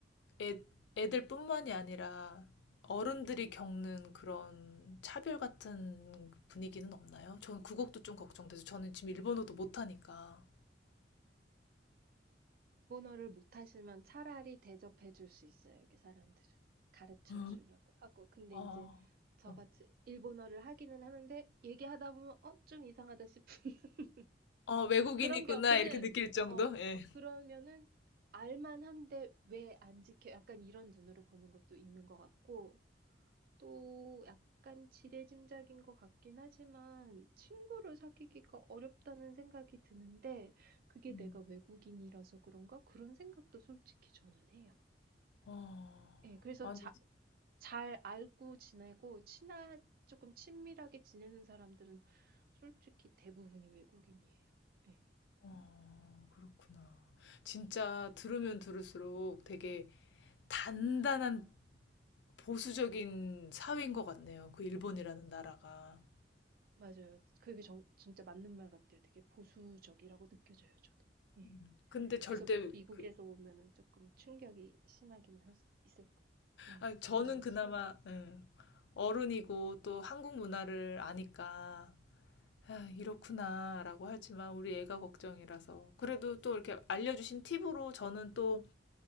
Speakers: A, on the left; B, on the right.
A: 애, 애들뿐만이 아니라 어른들이 겪는 그런 차별 같은 분위기는 없나요? 전 그것도 좀 걱정돼서 저는 지금 일본어도 못하니까.
B: 일본어를 못하시면 차라리 대접해 줄 수 있어요, 여기 사람들은. 가르쳐
A: 어?
B: 주려고 하고. 근데 이제
A: 어,
B: 저같이
A: 어,
B: 일본어를 하기는 하는데 얘기하다 보면 어, 좀 이상하다 싶은 <laughs>
A: 어, 외국인이구나
B: 그런 경우는
A: 이렇게 느낄 정도?
B: 어,
A: 예.
B: 그러면은 알만한데 왜 안 지켜? 약간 이런 눈으로 보는 것도 있는 것 같고. 또 약간 지레짐작인 것 같긴 하지만 친구를 사귀기가 어렵다는 생각이 드는데 그게
A: 음.
B: 내가 외국인이라서 그런가? 그런 생각도 솔직히 저는 해요.
A: 어,
B: 예, 그래서
A: 아니
B: 자, 잘 알고 지내고 친하, 조금 친밀하게 지내는 사람들은 솔직히 대부분이 외국인이에요. 예,
A: 어, 그렇구나. 진짜 들으면 들을수록 되게 단단한 보수적인 사회인 것 같네요. 그 일본이라는 나라가.
B: 맞아요. 그게 정, 진짜 맞는 말 같아요. 되게 보수적이라고 느껴져요, 저도. 예.
A: 음, 근데 절대,
B: 그래서 미국에서
A: 그,
B: 오면은 조금 충격이 심하긴 할 수- 있을 거, 예,
A: 아니,
B: 심할
A: 저는
B: 수 있을
A: 그나마,
B: 것 같아요.
A: 예, 어른이고 또 한국 문화를 아니까, 아, 이렇구나, 라고 하지만 우리 애가 걱정이라서. 그래도 또 이렇게 알려주신 팁으로 저는 또